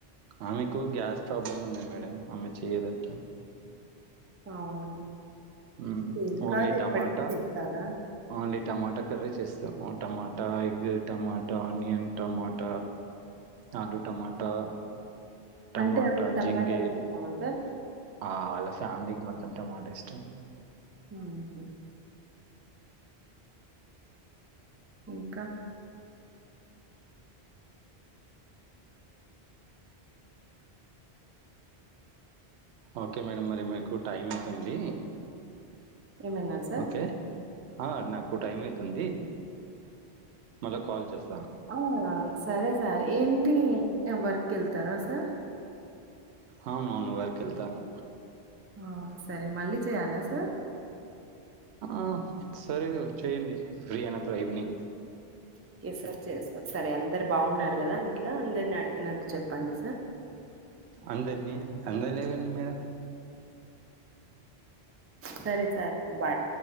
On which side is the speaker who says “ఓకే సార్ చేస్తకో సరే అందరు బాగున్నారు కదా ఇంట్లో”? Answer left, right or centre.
Right